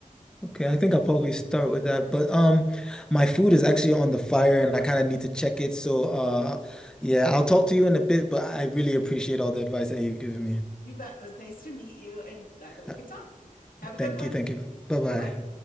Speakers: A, in the centre; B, on the left (about 90°).
A: Okay, I think I'll probably start with that. But um my food is actually on the fire and I kind of need to check it. So uh yeah, I'll talk to you in a bit, but I really appreciate all the advice that you've given me.
B: you bet it was nice to meet you and glad that we
A: Uh,
B: could talk have a
A: Thank
B: good one
A: you, thank you. Bye-bye.
B: bye bye